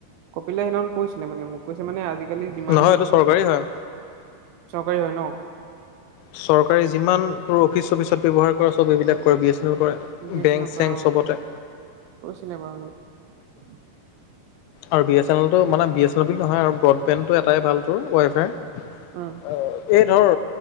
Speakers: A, on the right; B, on the left.
A: কপিলে সেইদিনাখন কৈছিলে মানে মোক। কৈছে মানে আজি আজিকালি যিমান,
B: নহয় এইটো চৰকাৰী
A: চৰকাৰী
B: হয়
A: হয় ন?
B: চৰকাৰী যিমান তোৰ অফিচ চফিচ ব্যৱহাৰ কৰা চব এইবিলাক কৰে বি এছ এন এল কৰে,
A: বি এছ
B: বেংক
A: এনৰ পৰা
B: চেংক চবতে।
A: <unintelligible>
B: আৰু বি এছ এন এলটো মানে বি এছ এল নহয় আৰু ব্ৰডবেণ্ডটো এটাই ভাল তোৰ ৱাইফাই
A: উম
B: এই ধৰ